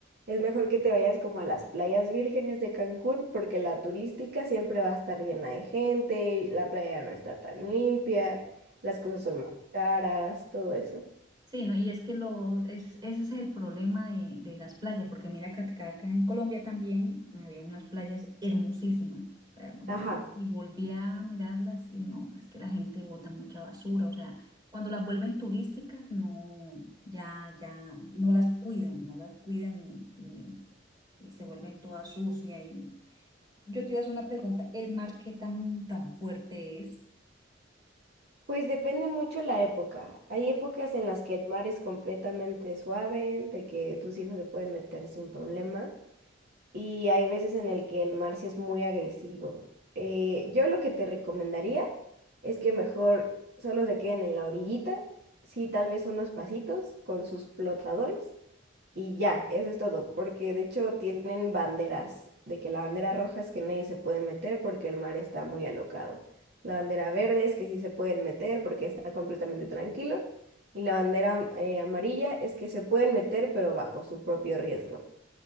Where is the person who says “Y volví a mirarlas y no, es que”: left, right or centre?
Right